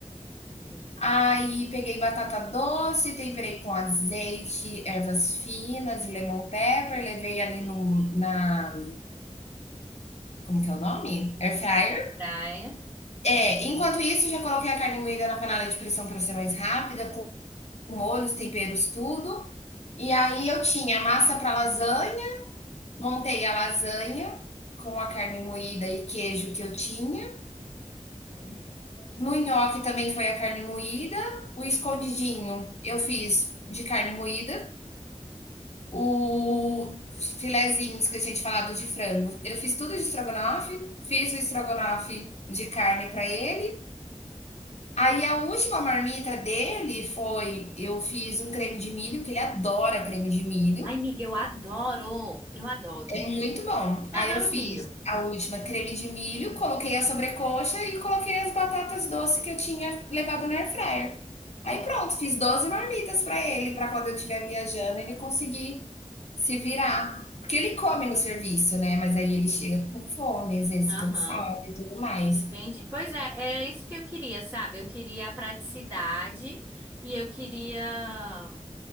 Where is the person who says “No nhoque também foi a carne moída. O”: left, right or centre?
Left